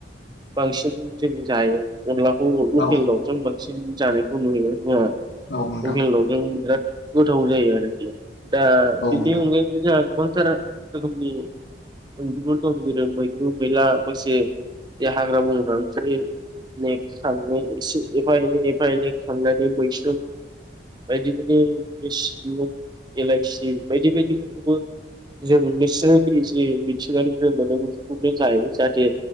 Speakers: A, on the right; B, on the left.
A: बांसिन जों जायो अनलाखौ लकेल
B: औ
A: दाउजों बांसिन जानायखौ नुयो <unintelligible> लकेल
B: औ नोंथां
A: दावजों बिराद गोथाव जायो आरोखि दा
B: औ
A: बिनि
B: नोंथां
A: अनगायै जोंहा गोबांथार रोखोमनि ओंख्रिफोर दं जेरै मैद्रु मैला मैसे हाग्रा बंग्रा फोरनि नै खांनै इसे एफा एनै एफा एनै खांनानै बैसोम बायदि बायदि बिसनि हेलाइसि बायदि बायदिफोरखौबो जों निसाराय बोयो जे मिथिंगानि फ्राय मोनो बेफोरखौनो जायो जाहाथे